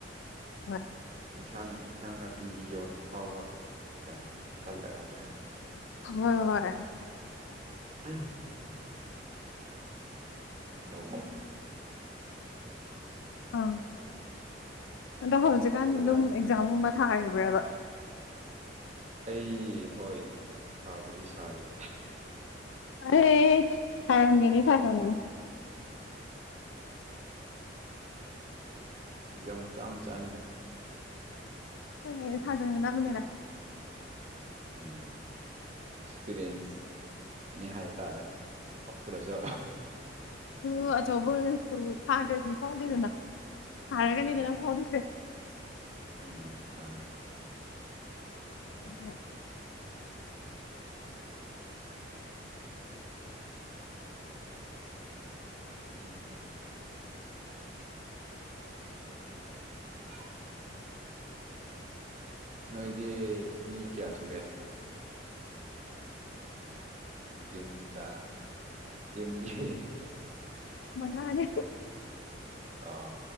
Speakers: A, on the left; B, on the right.
A: <unintelligible>
B: ꯏꯟꯁꯥꯡ ꯏꯟꯁꯥꯡ ꯅꯥꯄꯤ ꯌꯣꯟꯕ ꯐꯥꯎꯕ ꯌꯥꯝ ꯀꯜꯂꯛꯑꯦ ꯍꯥꯏ
A: ꯍꯣꯏ ꯍꯣꯏ
B: ꯑꯝ ꯁꯨꯃꯥꯏꯅ ꯇꯧꯕꯗꯦ
A: ꯑꯥ ꯑꯗꯣ ꯍꯧꯖꯤꯛꯀꯥꯟ
B: ꯈꯪꯗ꯭ꯔꯦꯗ
A: ꯑꯗꯨꯝ ꯑꯦꯛꯖꯥꯝꯒꯨꯝꯕ ꯊꯥꯔꯤꯕ꯭ꯔꯕ
B: ꯑꯩ ꯍꯣꯏ ꯁꯥꯕꯗꯤ ꯁꯥꯔꯤꯌꯦ
A: ꯑꯩ ꯊꯥꯔꯝꯒꯅꯤ ꯊꯥꯔꯝꯒꯅꯤ
B: ꯑꯦꯛꯖꯥꯝ ꯃꯆꯥ ꯃꯆꯥꯅꯤꯗ
A: ꯍꯣꯏ ꯊꯥꯖꯤꯟꯒꯗꯕꯅꯦꯗ
B: ꯎꯝ ꯑꯦꯛꯁꯄꯤꯔꯤꯌꯦꯟꯁ ꯅꯤ ꯍꯥꯏꯇꯥꯔꯦ ꯊꯣꯛꯇ꯭ꯔꯁꯨ
A: ꯑꯗꯨ ꯑꯆꯧꯕ ꯑꯣꯏꯔꯁꯨ ꯊꯥꯈ꯭ꯔꯁꯤ ꯐꯥꯎꯗꯦꯗꯅ ꯊꯥꯔꯒꯅꯤꯗꯅ
B: ꯎꯝ
A: ꯐꯥꯎꯗꯨꯏꯁꯦ
B: ꯎꯝ ꯉꯥꯅꯤ
A: <unintelligible>
B: ꯎꯝ <unintelligible> ꯅꯣꯏꯗꯤ ꯃꯤ ꯀꯌꯥ ꯁꯨꯒꯦ ꯌꯨꯝꯗ ꯌꯨꯝꯒꯤ
A: <unintelligible>
B: ꯑꯥ